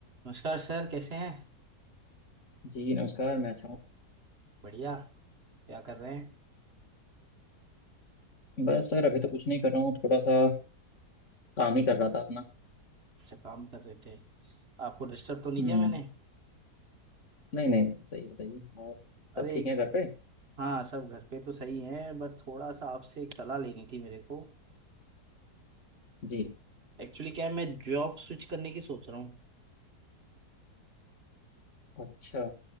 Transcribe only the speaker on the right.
नमस्कार सर कैसे हैं
बढ़िया क्या कर रहे हैं
अच्छा काम कर रहे थे आपको डिस्टर्ब तो नहीं
किया मैंने
अरे
हाँ सब घर पे तो सही हैं बट थोड़ा सा आपसे एक सलाह लेनी थी मेरे को
एक्चुअली क्या है मैं जॉब स्विच करने की सोच रहा हूँ